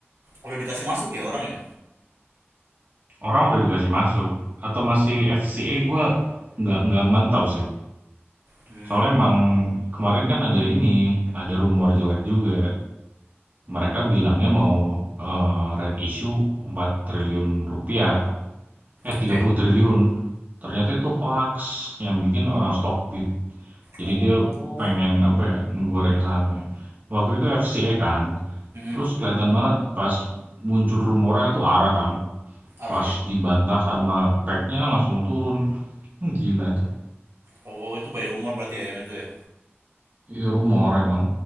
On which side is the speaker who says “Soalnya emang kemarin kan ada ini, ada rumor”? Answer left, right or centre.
Right